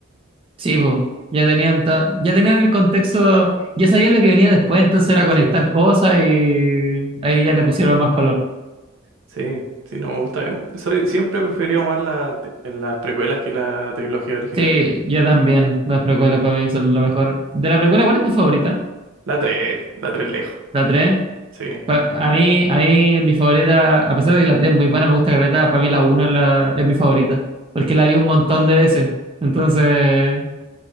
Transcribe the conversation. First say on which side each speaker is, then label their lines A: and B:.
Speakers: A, on the right; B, on the right.
A: Sí, po. Ya tenían, ta- ya tenían el contexto, ya sabían lo que venía después, entonces era conectar
B: Sí.
A: cosas y ahí ya le pusieron más color.
B: Sí, sí, no me gusta. Soy, siempre he preferido más la, tri- las precuelas que la trilogía original.
A: Sí, yo también. Las precuelas para mí son lo mejor. De la precuela, ¿cuál es tu favorita?
B: La tres, la 3 lejos.
A: ¿La 3.
B: Sí,
A: Pa- A mí, a mí, mi favorita, a pesar de que la 3 es muy buena, me gusta Caleta, para mí la uno es, la- es mi favorita, porque la vi un montón de veces. Entonces,